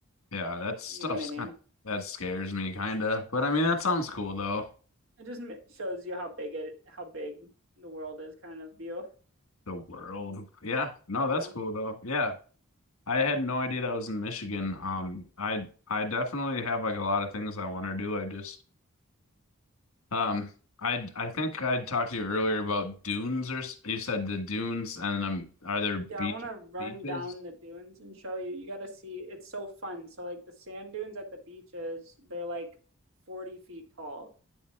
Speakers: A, on the left (about 80°); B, on the right (about 65°).
A: Yeah, that stuff's
B: You know what I mean?
A: kind that scares me kinda. But I mean that sounds cool though.
B: It just shows you how big it, how big the world is, kind of view.
A: The world. Yeah. No,
B: You
A: that's
B: know.
A: cool though. Yeah. I had no idea that was in Michigan. Um I I definitely have like a lot of things I want to do. I just Um, I I think I talked to you earlier about dunes or s- you said the dunes and um are there
B: Yeah,
A: beach
B: I want to run
A: beaches?
B: down the dunes and show you. You got to see, it's so fun. So, like the sand dunes at the beaches, they're like 40 feet tall,